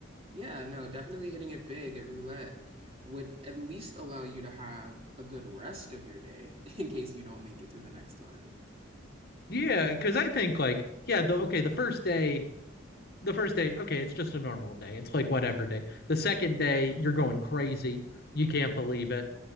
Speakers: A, on the right; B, on the left.
A: yeah, no, definitely hitting it big at roulette would at least allow you to have a good rest of your day <laughs> in case you don't make it to the next one.
B: Yeah, because I think like, yeah, the okay, the first day, the first day, okay, it's just a normal day. It's like whatever day. The second day, you're going crazy. You can't believe it,